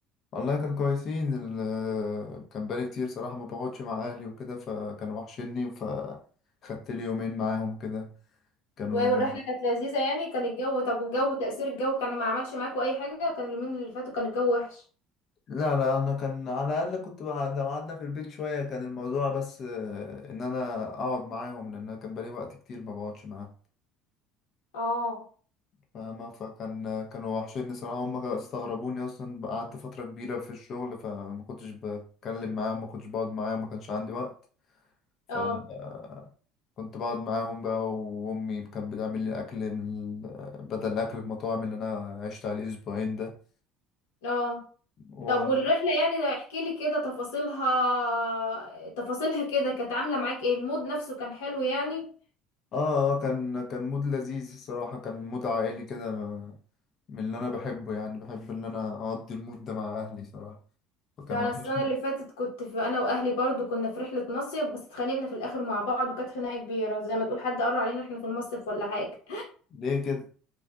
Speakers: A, on the left (about 50°); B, on the left (about 85°).
A: والله كان كويسين ال- كان بقالي كتير صراحه ما بقعدش مع اهلي وكده فكانوا وحشني فخدت لي يومين معاهم كده كانوا
B: و-
A: لذيذ
B: والرحله كانت لذيذه يعني كان الجو طب والجو تاثير الجو كان ما عملش معاكوا اي حاجه كان اليومين اللي فاتوا كان الجو وحش
A: لا لا انا كان على الاقل كنت بقعد لو قعدنا في البيت شويه كان الموضوع بس آه، ان انا اقعد معاهم لان أنا كان بقالي وقت كتير ما بقعدش معاهم
B: اه
A: فاهمة فكان كانوا وحشين صراحة هما استغربوني أصلا قعدت فترة كبيرة في الشغل فما كنتش بتكلم معاهم ما كنتش بقعد معاهم ما كانش عندي وقت فكنت
B: اه
A: بقعد معاهم بقى وأمي كانت بتعمل لي أكل من ال- بدل أكل المطاعم اللي أنا عشت عليه أسبوعين ده
B: اه
A: و...
B: طب
A: آه
B: والرحله يعني ده احكي لي كده تفاصيلها تفاصيلها كده كانت عامله معاك ايه المود نفسه كان حلو يعني
A: آه، كان كان مود لذيذ الصراحة كان مود عائلي كده من اللي أنا بحبه يعني بحب إن أنا أقضي المود ده مع أهلي صراحة فكان
B: ده
A: وحشني
B: انا السنه اللي فاتت كنت في انا واهلي برضو كنا في رحله مصيف بس اتخانقنا في الاخر مع بعض وكانت خناقه كبيره زي ما تقول حد قرر علينا احنا في المصيف ولا حاجه
A: ليه كده؟